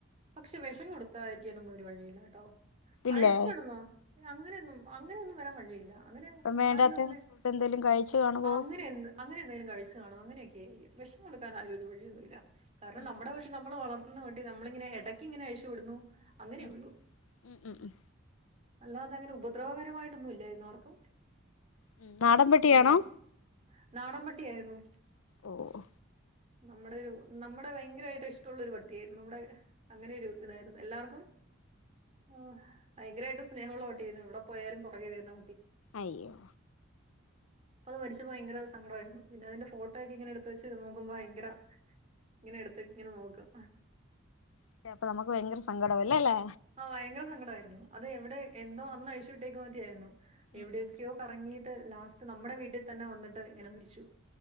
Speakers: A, on the right; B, on the left.
A: പക്ഷെ വിഷം കൊടുത്തായിരിക്കാനൊന്നും ഒരു വഴിയില്ലാട്ടോ?
B: ഇല്ലേ
A: അഴച്ചിടന്നാ അങ്ങനെയൊന്നും അങ്ങനെയൊന്നും വരാൻ കഴിയില്ല. അങ്ങനെ
B: ഇപ്പം വേണ്ടാത്ത
A: ആരും അങ്ങനെ
B: ഫുഡ് എന്തേലും കഴിച്ചു കാണുവോ
A: അങ്ങനെ എ അങ്ങനെ എന്തെങ്കിലും കഴിച്ചു കാണോ? അങ്ങനെക്കെ ശ വിഷം കൊടുക്കാൻ ആരും ഒരു വഴിയൊന്നുമില്ല. കാരണം
B: ഉം
A: നമ്മുടെ വീട്ടിൽനമ്മള് വളർത്തുന്ന പട്ടി നമ്മളിങ്ങനെ ഇടക്ക ഇങ്ങനെഴിച്ച് വിടുന്നു. അങ്ങനെയുള്ളൂ
B: ഉം ഉം ഉം ഉ
A: അല്ലാതെ അങ്ങനെ ഉപദ്രവകരമായിട്ടൊന്നും ഇല്ലായിരുന്നു ആർക്കും.
B: ഉ നാടൻപട്ടിയാണോ?
A: ഒരു നം- നാടൻ പട്ടിയായിരുന്നു.
B: ഓ ഓ
A: നമ്മുടെ ഒരു നമ്മുടെ ഭയങ്കരായിട്ട് ഇഷ്ടുള്ള ഒരു പട്ടിയായിരുന്നു. നമ്മുടെ അങ്ങനെയൊരു ഇതായിരുന്നു. എല്ലാവർക്കും ആ ഭയങ്കരമായിട്ട് സ്നേഹമുള്ള പട്ടിയായിരുന്നു ഇവിടെ പോയാലും പുറകെ വരുന്ന
B: അയ്യോ,
A: അപ്പോ അത് മരിച്ചയേ ഭയങ്കരങ്കടമായിരുന്നു. പിന്നെ അതിന്റെ ഫോട്ടോയക്കെ എങ്ങനെ എടുത്ത് വച്ച് നോക്കുമ്പോ ഭയങ്കര ഇങ്ങനെ എടുത്ത് ങ്ങനെ നോക്കും.
B: പക്ഷേപ്പൊ നമുക്ക് ഭയങ്കര സങ്കടാവും ല്ലേ ല്ലെ.
A: ആഹ ഭയങ്കര സങ്കടമായിയിരുന്നു. അത് എവിടെ എന്തോ അന്ന് അഴിച്ചു വിട്ടേക്ക പറ്റിയായിരുന്നു.
B: ഉം
A: എവിടെയൊക്കെയോ
B: ഉം
A: കറങ്ങീട്ട് ലാസ്റ്റ് നമ്മുടെ വീട്ടിൽ തന്നെ വന്നിട്ട് ഇങ്ങനെ മരിച്ചു.